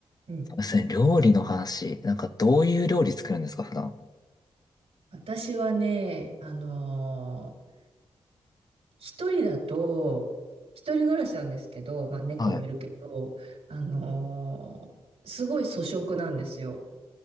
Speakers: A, on the right; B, on the left.
A: うん。
B: ですね、料理の話、なんかどういう料理作るんですか、普段。
A: 私はね、あのー一人だと、一人暮らしなんですけど、まあ猫もいるけど、
B: はい。
A: あのーすごい粗食なんですよ。